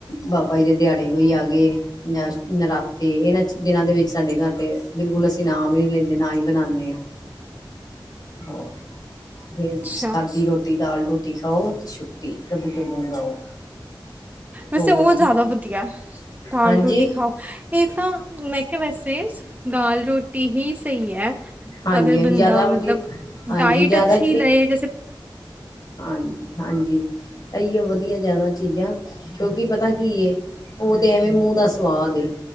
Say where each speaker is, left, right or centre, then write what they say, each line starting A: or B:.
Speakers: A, on the left; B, on the right.
A: ਬਾਬਾ ਜੀ ਦੇ ਦਿਹਾੜੇ ਕੋਈ ਆ ਗਏ ਜਾਂ ਨਰਾਤੇ ਇਹਨਾਂ ਦਿਨਾਂ ਦੇ ਵਿੱਚ ਸਾਡੇ ਘਰ ਤੇ ਬਿਲਕੁਲ ਅਸੀ ਨਾ ਵੀ ਨਈ ਲੈਂਦੇ ਨਾ ਈ ਬਣਾਣੇ ਆਂ ਹੋਰ ਫਿਰ
B: ਅੱਛਾ
A: ਸਾਦੀ ਰੋਟੀ ਦਾਲ ਰੋਟੀ ਖਾਓ ਛੁੱਟੀ ਪ੍ਰਭੂ ਕੇ ਗੁਣ ਗਾਓ
B: ਵੈਸੇ
A: ਹੋਰ
B: ਉਹ ਜਿਆਦਾ ਵਧੀਆ ਦਾਲ
A: ਹਾਂਜੀ
B: ਰੋਟੀ ਖਾਓ ਇਹ ਤਾਂ ਮੈਂ ਕਿਹਾ ਵੈਸੇ ਦਾਲ ਰੋਟੀ ਹੀ ਸਹੀ ਹੈ
A: ਹਾਂਜੀ
B: ਅਗਰ
A: ਹਾਂਜੀ
B: ਬੰਦਾ
A: ਜ਼ਿਆਦਾ ਵਧੀਆ
B: ਮਤਲਬ
A: ਹਾਂਜੀ
B: ਡਾਇਟ
A: ਜ਼ਿਆਦਾ
B: ਅੱਛੀ ਲਏ ਜੈਸੇ
A: ਹਾਂਜੀ ਹਾਂਜੀ ਇਹੀਓ ਵਧੀਆ ਜਿਆਦਾ ਚੀਜ਼ਾਂ ਕਿਉਂਕਿ ਪਤਾ ਕੀ ਏ ਉਹ ਤੇ ਐਵੇਂ ਮੂੰਹ ਦਾ ਸਵਾਦ